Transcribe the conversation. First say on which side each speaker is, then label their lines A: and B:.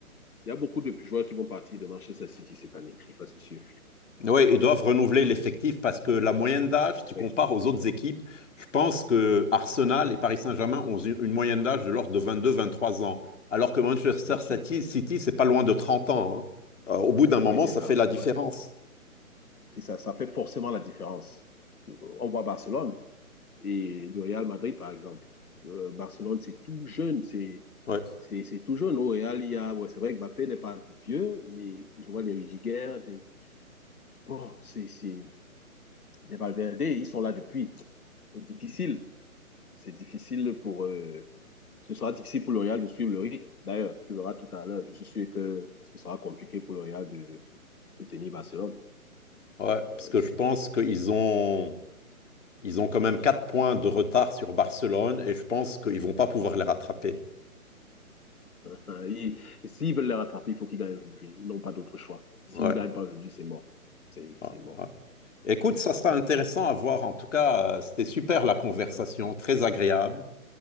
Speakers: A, on the left; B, on the left.
A: il y a beaucoup de joueurs qui vont partir de Manchester City cette année. Je suis pas si sûr. Ils
B: Oui, ils doivent renouveler
A: connaissent.
B: l'effectif parce que la moyenne d'âge, tu
A: Oui,
B: compares aux autres équipes, je pense que Arsenal et Paris Saint-Germain ont une une moyenne d'âge de l'ordre de vingt-deux, vingt-trois ans, alors que Manchester
A: bien sûr.
B: City, City, c'est pas loin de trente ans. hein. Euh, au bout d'un moment,
A: Oui, c'est
B: ça
A: ça,
B: fait la
A: c'est
B: différence.
A: vrai. C'est ça, ça fait forcément la différence. Euh, On voit Barcelone et le Real Madrid, par exemple. Euh, Barcelone, c'est tout jeune, c'est
B: Ouais.
A: c'est c'est tout jeune. Au Real, il y a, ouais, c'est vrai que Mbappé n'est pas vieux, mais je vois les Rudiger, les- bon, c'est c'est les Valverde, ils sont là depuis. C'est difficile, c'est difficile pour. euh, ce sera difficile pour le Real de suivre le rythme. D'ailleurs, tu verras tout à l'heure. Je suis sûr que ce sera compliqué pour le Real de de tenir Barcelone.
B: Ouais, parce
A: Euh,
B: que
A: si-
B: je pense qu'ils ont, ils ont quand même 4 points de retard sur Barcelone et je pense qu'ils vont pas pouvoir les rattraper.
A: Hein, ils- s'ils veulent les rattraper, il faut qu'ils gagnent aujourd'hui. Ils n'ont pas d'autre choix. S'ils
B: Ouais.
A: ne gagnent pas aujourd'hui, c'est mort. C'est
B: Ouais,
A: c'est mort.
B: ouais. Écoute,
A: C'est ça.
B: ça sera intéressant à voir. En tout cas, euh, c'était super la conversation,
A: Ouais,
B: très agréable.